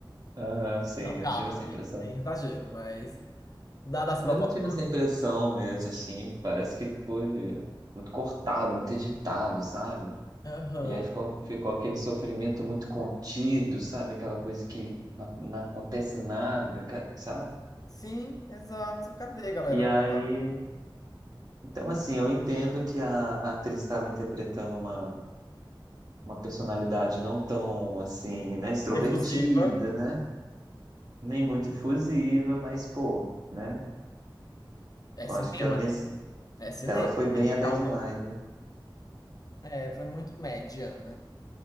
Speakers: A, on the right (about 50°); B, on the left (about 45°).
A: Ah, sim,
B: Não, calma,
A: eu tive essa
B: também.
A: impressão.
B: Sem exagero, mas dadas as
A: Mas
B: proporções.
A: eu tive essa impressão mesmo, assim, parece que ele foi muito cortado, muito editado, sabe?
B: Aham.
A: E aí ficou, ficou aquele sofrimento muito contido, sabe? Aquela coisa que não, não acontece nada, ca- sabe?
B: Sim, exato. Cadê, galera?
A: E
B: Vamos
A: aí.
B: lá.
A: Então, assim, eu entendo que a, a atriz estava interpretando uma, uma personalidade não tão, assim, né? Extrovertida,
B: Efusiva.
A: né? Nem muito efusiva, mas, pô, né?
B: É
A: Eu
B: cinema.
A: acho que ela, nesse,
B: É cinema,
A: ela foi bem
B: tem
A: até
B: que dar
A: demais,
B: o nome.
A: né?
B: É, foi muito mediana.